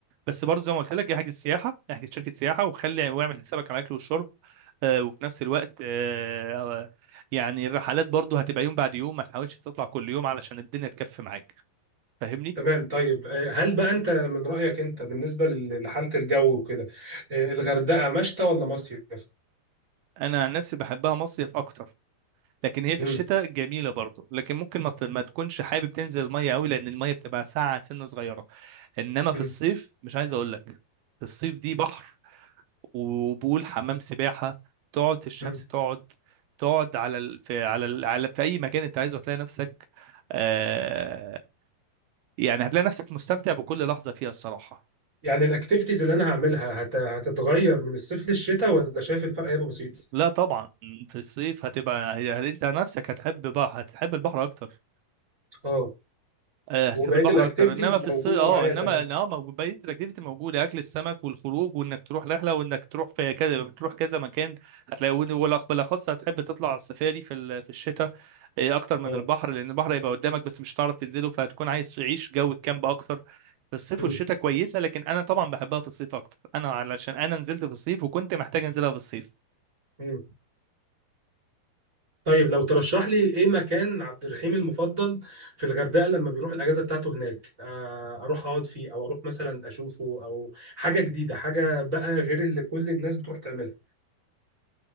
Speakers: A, on the right; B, on the right.
A: بس برضه زي ما قلت لك احجز سياحه احجز شركه سياحه وخلي واعمل حسابك على الاكل والشرب آه، وفي نفس الوقت آه، آه، يعني الرحلات برضه هتبقى يوم بعد يوم ما تحاولش تطلع كل يوم علشان الدنيا تكفي معاك فاهمني
B: تمام طيب آه، هل بقى انت من رأيك انت بالنسبة لل- لحالة الجو وكده آه، الغردقة مشتى ولا مصيف؟
A: انا عن نفسي بحبها مصيف اكتر لكن هي
B: مم.
A: في الشتاء جميله برضه لكن ممكن ما ت- ما تكونش حابب تنزل الميه قوي لان الميه بتبقى ساقعه سنه صغيره انما
B: مم.
A: في الصيف مش عايز اقول لك في الصيف دي بحر وبول حمام سباحه تقعد في الشمس
B: مم.
A: تقعد تقعد على ال... في على ال... على في اي مكان انت عايزه هتلاقي نفسك آه... يعني هتلاقي نفسك مستمتع بكل لحظه فيها الصراحه
B: يعني الاكتيفيتيز اللي انا هعملها هت... هتتغير من الصيف للشتاء ولا شايف الفرق هيبقى بسيط؟
A: لا طبعا في الصيف هتبقى يعني انت نفسك هتحب بقى هتحب البحر اكتر
B: اه
A: آه، هتحب
B: وبقية
A: البحر
B: الاكتيفيتيز
A: اكتر انما في الصيف
B: موجودة
A: اه
B: معايا
A: انما
B: تمام
A: إن اه موجود بقيه الاكتيفيتي موجوده اكل السمك والخروج وانك تروح رحله وانك تروح في كذا تروح كذا مكان هتلاقي ون- والأخ- بالاخص هتحب تطلع على السفاري في ال- في الشتاء آه، اكتر من
B: اه
A: البحر لان البحر هيبقى قدامك بس مش هتعرف تنزله فهتكون عايز تعيش جو الكامب اكتر في الصيف
B: مم.
A: والشتاء كويسه لكن انا طبعا بحبها في الصيف اكتر انا علشان انا نزلت في الصيف وكنت محتاج انزلها في الصيف
B: مم. طيب لو ترشح لي ايه مكان عبد الرحيم المفضل في الغردقة لما بيروح الاجازة بتاعته هناك آه، اروح اقعد فيه او اروح مثلا اشوفه او حاجة جديدة حاجة بقى غير اللي كل الناس بتروح تعملها